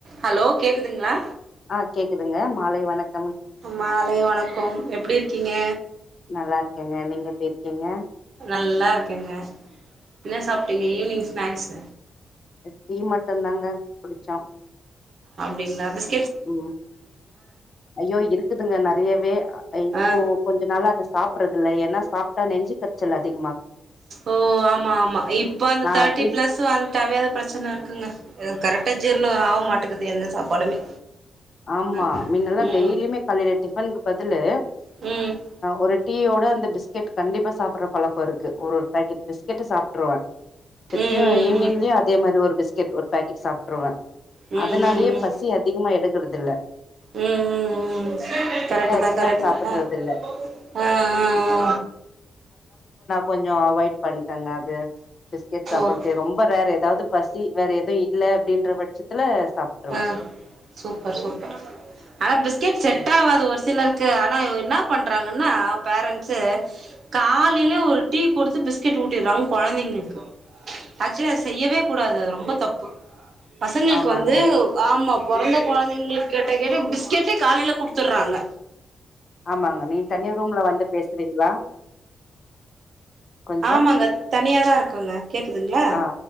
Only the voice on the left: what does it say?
ஆஹ் கேக்குதுங்க மாலை வணக்
நல்லா இருக்கேங்க நீங்க எப்படி இருக்கீங்க
டி மட்டு தாங்க குடிச்சோம்
ம் ஐயோ இருக்குதுங்க நறையவே இப்போ
கொஞ்ச நாளா அது சாப்பறது இல்ல ஏன்னா சாப்ட்டா நெஞ்சு கரச்சல் அதிகம்
நா
அது
ஆமா
மின்னெல்லாம்
டெய்லியுமே காலைல டிஃபனுக்கு பதிலு
ஒரு டீ அந்த பிஸ்கெட் கண்டிப்பா சாப்படுற பழக்கம் இருக்கு ஒரு பேக்கெட் பிஸ்கெட் சாப்ட்ருவேன் திருப்பியும்
ஈவினிங்லயும் அதே மாதிரி ஒரு பிஸ் பிஸ்கட் ஒரு பாக்கெட் சாப்ட்ருவே
அதனாலயே
பசி அதிகமா எடு எடுக்கறதுல
டிஃபன்
சாப்புட்றது
இல்ல
கொஞ்சம் அவாய்ட் பண்ட்டங்க அது பிஸ்கெட் சாப்பிடுறதே
ரொம்ப ரேர் எதாவது பசி வேற எதுவும் இல்ல அப்படின்ற பட்சத்துல சாப்ட்ருவே
ம்
ஆமாங்க
ஆமாங்க நீங்க தனியா ரூம்ல வந்து பேசுறீங்களா கொஞ்சோ
ஆ